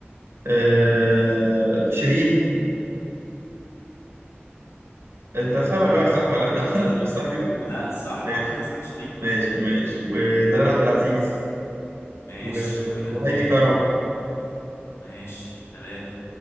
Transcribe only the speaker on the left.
مم...
لا صح
والله صح شيرين
طبعا
ماشي
كده
اتنين
ماشي تلاتة